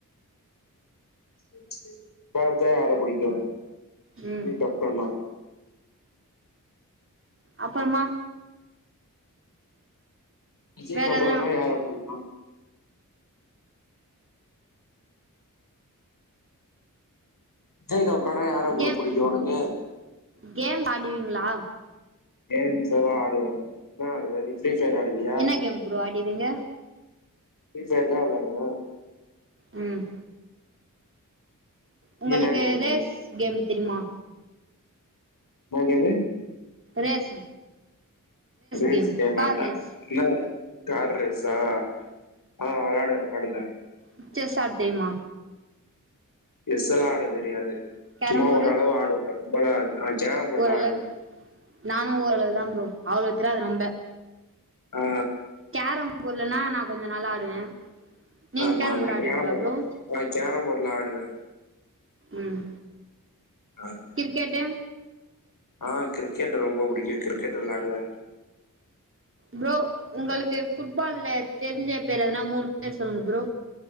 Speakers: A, on the left; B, on the right.
A: <unintelligible> யார புடிக்கு <unintelligible>
B: ம்
A: கப்பனா
B: அப்பறமா
A: விஜய்க்கு
B: வேற
A: அப்பறன்னா
B: எதனா
A: யார புடிக்கு விஜய்க்கு அப்பறம்னா யார ப்ரோ
B: கேம்
A: புடிக்கு உனக்கு
B: கேம் ஆடிவீங்களா
A: கேம்ஸ் எல்லா ஆடுவ நா ஆடுவ நீ ஃரீ ஃபயர் ஆடுவியா
B: என்ன கேம் ப்ரோ ஆடுவீங்க
A: ஃப்ரீ ஃபயர் தா வெளாடுனா
B: ம் உங்களுக்கு
A: நீ என்ன கேம் விளையாடுவ?
B: ரேஸ் கேம் தெரியும்மா
A: என்னா கேம்மு
B: ரேஸ்
A: ரேஸ்
B: கேம்
A: கேம்னா
B: கார்
A: என்ன
B: ரேஸ்
A: ம் கார் ரேசா ஆ வெளயாடுங்க வெளயாடுங்க
B: மிச்சர் சாப்டேமா
A: செஸ் எல்லா ஆட தெரியாது
B: கேரம்
A: சும்மா
B: போர்டு
A: ஓரளவு ஆடுவே ரொம்பல்லா நா சேரம்போடெல்லா
B: ஓரளவு
A: ஆடுவே
B: நானு ஓரளவு தா ப்ரோ அவ்ளவு தெரியாது ரொம்ப
A: ஆ
B: கேரம் போருலன்னா நா கொஞ்சோ நல்லா ஆடுவே நீங்க
A: ஆமா ஆமா
B: போர்டு ஆடுவீங்களா
A: கேரம் போர்ட்லா
B: ப்ரோ
A: நா சேரம் போர்ட்லா ஆடுவே
B: ம்
A: ஆ
B: கிரிக்கெட்டு
A: ஆ கிரிக்கெட் ரொம்ப புடிக்கு கிரிக்கெட் வெளாடுவே
B: ப்ரோ உங்களுக்கு எதுக்கும் ஃபுட்பால்ல தெரிஞ்ச பேர் எதுனா மூணு பேர் சொல்லுங்க ப்ரோ